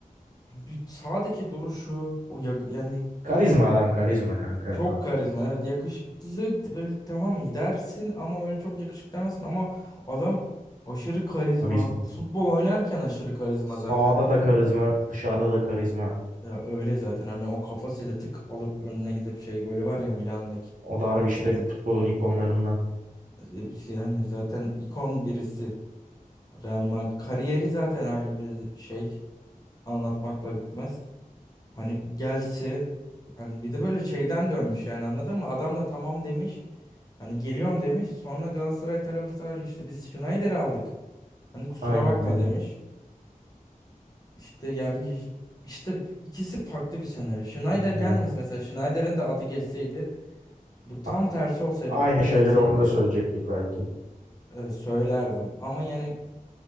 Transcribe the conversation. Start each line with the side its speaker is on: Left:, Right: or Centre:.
Left: bir, bir sağdaki duruşu o ya- yani
Right: Karizma
Left: böyle
Right: adam karizma kanka.
Left: çok
Right: Tam
Left: karizma evet yakışıklı böyle tamam mı dersin ama böyle çok yakışıklı demezsin ama adam aşırı karizma
Right: karizma.
Left: futbol oynarken aşırı karizma
Right: Sağda
Left: zaten.
Right: da karizma, dışarıda da karizma.
Left: Ya öyle zaten hani o kafasıyla tık alıp önüne gidip şey golü var ya Milan'daki.
Right: O da harbi işte
Left: Yani
Right: futbolun ikonlarından.
Left: e, işte yani zaten ikon birisi. Real Madrid kariyeri zaten ayrı bir şey. Anlatmakla bitmez. Hani gelse hani bir de böyle şeyden dönmüş yani anladın mı? Adam da tamam demiş. Hani geliyorum demiş. Sonra Galatasaray taraftarı işte biz Schneider'i aldık. Hani kusura
Right: Aynen
Left: bakma
Right: aynen.
Left: demiş. İşte yani bir- işte ikisi farklı bir senaryo. Schneider
Right: Aynen.
Left: gelmese mesela Schneider'in de adı geçseydi Bu tam
Right: A-
Left: tersi olsaydı
Right: Aynı
Left: Kaka
Right: şeyleri
Left: gelseydi
Right: onu da söyleyecektik belki.
Left: e, söylerdim. Ama yani